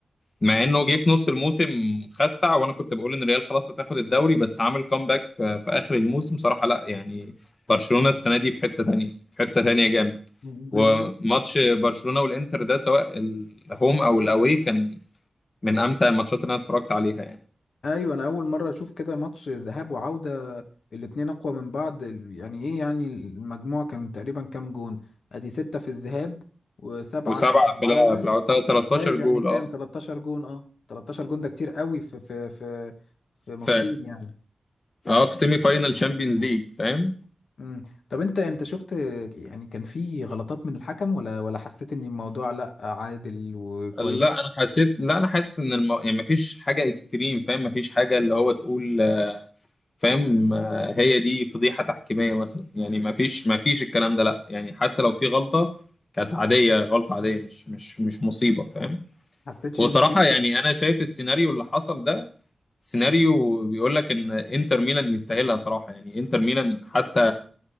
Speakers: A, on the left (about 40°); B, on the left (about 85°).
A: مع انه جه في نص الموسم خستع وانا كنت بقول ان الريال خلاص هتاخد الدوري بس عمل كومباك في, في اخر الموسم صراحه لا يعني برشلونه السنه دي في حته تانية في حته تانية جامد
B: <laughs> بالظبط
A: وماتش برشلونه والانتر ده سواء الهوم او الاوي كان من امتع الماتشات اللي انا اتفرجت عليها يعني
B: ايوه انا اول مره اشوف كده ماتش ذهاب وعوده الاتنين اقوى من بعض ال- يعني ايه يعني المجموع كان تقريبا كام جون ادي ستة في الذهاب وسبعة
A: وسبعه
B: في العوده
A: في الع- في العودة 13
B: طيب
A: جول
B: يعني كام
A: اه
B: 13 جون اه 13 جون ده كتير قوي في في في في ماتشين
A: في
B: يعني
A: اه في سيمي فاينال تشامبيونز ليج فاهم
B: امم طب انت انت شفت يعني كان في غلطات من الحكم ولا ولا حسيت ان الموضوع لا عادل وكويس
A: لا انا حسيت لا انا حاسس ان الم... يعني مفيش حاجه اكستريم فاهم مفيش حاجه اللي هو تقول فاهم آه، هي دي فضيحة تحكيمية مثلا يعني ما فيش ما فيش الكلام ده لا يعني حتى لو في غلطة كانت عادية غلطة عادية مش مش مش مصيبة فاهم
B: حسيتش
A: وصراحة
B: ان في
A: يعني أنا شايف السيناريو اللي حصل ده سيناريو بيقول لك إن إنتر ميلان يستاهلها صراحة يعني إنتر ميلان حتى